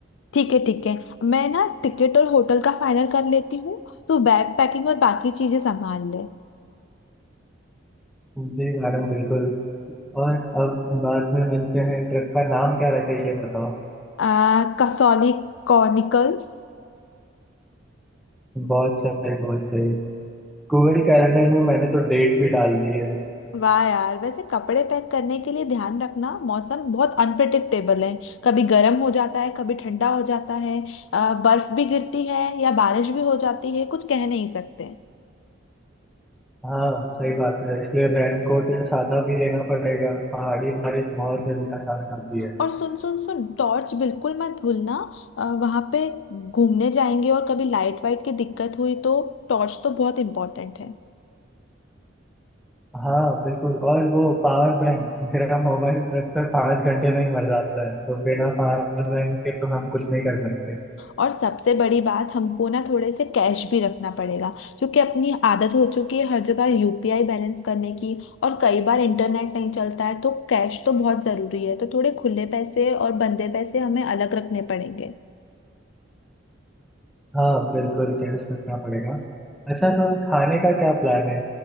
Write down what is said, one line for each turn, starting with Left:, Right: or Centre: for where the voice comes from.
Left: ठीक है ठीक है मैं ना टिकट और होटल का फाइनल कर लेती हूँ तू बैग पैकिंग और बाकी चीजें संभाल ले
Centre: जी मैडम बिल्कुल और अब बाद में मिलते हैं ट्रिप का नाम क्या रखा है ये बताओ
Left: आ, कसौली कॉनिकल्स
Centre: बहुत सही बहुत सही गूगल कैलेंडर में मैंने तो डेट भी डाल दी है
Left: वाह यार वैसे कपड़े पैक करने के लिए ध्यान रखना मौसम बहुत अनप्रिडिक्टेबल है कभी गर्म हो जाता है कभी ठंडा हो जाता है अ, बर्फ भी गिरती है या बारिश भी हो जाती है कुछ कह नहीं सकते
Centre: हाँ सही बात है इसलिए रेन कोट या छाता भी लेना पड़ेगा पहाड़ी बारिश बहुत जल्दी अचानक आती है
Left: और सुन सुन सुन टॉर्च बिल्कुल मत भूलना वहां पे घूमने जाएंगे और कभी लाइट वाइट की दिक्कत हुई तो टॉर्च तो बहुत इंपॉर्टेंट है
Centre: हाँ बिल्कुल और वो पावर बैंक मेरा मोबाइल ट्रिप पे पाँच घंटे में ही मर जाता है तो बिना पावर बैंक के तो हम कुछ नहीं कर पाएंगे
Left: और सबसे बड़ी बात हमको ना थोड़े से कैश भी रखना पड़ेगा क्योंकि अपनी आदत हो चुकी है हर जगह यूपीआई बैलेंस करने की और कई बार इंटरनेट नहीं चलता है तो कैश तो बहुत ज़रूरी है तो थोड़े खुले पैसे और बंदे पैसे हमें अलग रखने पड़ेंगे
Centre: हाँ बिल्कुल टेस्ट रखना पड़ेगा अच्छा सुन खाने का क्या प्लान है